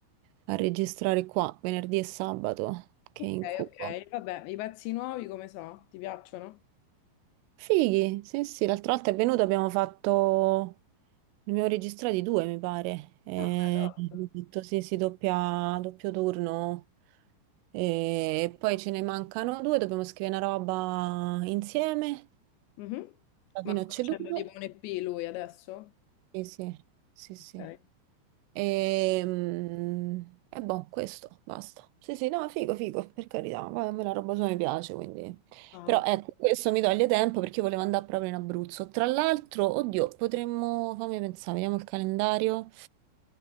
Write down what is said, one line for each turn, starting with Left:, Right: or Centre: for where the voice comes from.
Right: a registrare qua venerdì e sabato, che
Left: Ok,
Right: incubo.
Left: ok. Vabbè, i pezzi nuovi come so? Ti piacciono?
Right: Fighi, sì sì, l'altra volta è venuto, abbiamo fatto... Ne abbiamo registrati due, mi pare. E...
Left: Ah, beh, top.
Right: Ho detto sì, sì, doppia, doppio turno. E poi ce ne mancano due, dobbiamo scrivere una roba insieme.
Left: Mhm.
Right: Alla
Left: Ma
Right: fine
Left: sta
Right: ho ceduto.
Left: facendo tipo un EP lui adesso?
Right: Sì, sì, sì, sì.
Left: Ok.
Right: E, mm, e boh, questo, basta. Sì, sì, no, figo, figo, per carità. Poi a me la roba sua mi piace, quindi...
Left: Ah,
Right: Però
Left: ok.
Right: ecco, questo mi toglie tempo perché io volevo andare proprio in Abruzzo. Tra l'altro, oddio, potremmo... Fammi pensare, vediamo il calendario.